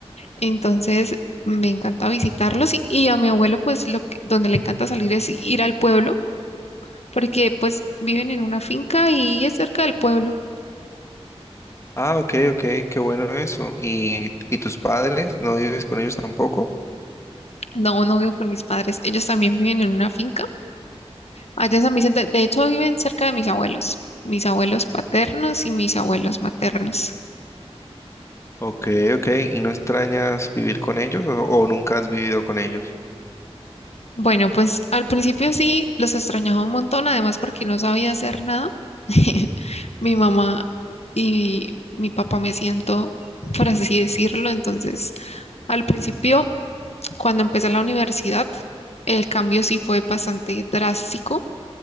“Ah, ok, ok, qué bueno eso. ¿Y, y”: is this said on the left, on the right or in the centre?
Left